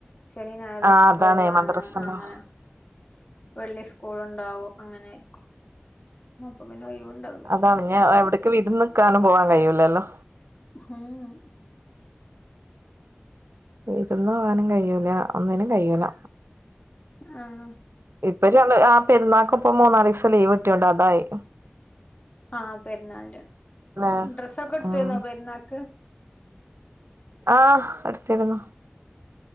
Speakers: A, on the left; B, on the right.
A: ശ നി ഞായറും
B: ആഹ്
A: സ്കൂളുള്ള
B: അതാണ് മദ്രസണ്ടാവും
A: അന്ന് അങ്ങനെ. വെള്ളി സ്കൂൾ ഉണ്ടാവും അങ്ങനെയിരിക്കും അപ്പൊ പിന്നെ. ഒഴിവുണ്ടാവൂല
B: അതാണ് ഞാൻ എവിടക്ക് വിരു നിക്കാനും പോവാൻ കഴിയൂല്ലല്ലോ.
A: ഉം ഉം.
B: വിരുന്ന് പോകാനും കഴൂല ഒന്നിനും കഴൂല.
A: ആഹ്
B: ഇപ്പൊ ആ പെുന്നാൾക് ഇപ്പൊ മൂന്നാല് ദിവസം ലീവ് കിട്ടുണ്ട് അതായി.
A: ആഹ് പെരുന്നാളിന്റെ
B: ല്ലേ
A: ഡ്രസ്സൊക്കെ എടുത്തുന്നോ
B: ഉം
A: പെരുന്നാൾക്ക്.
B: ആഹ് എടുത്തിരുന്നു.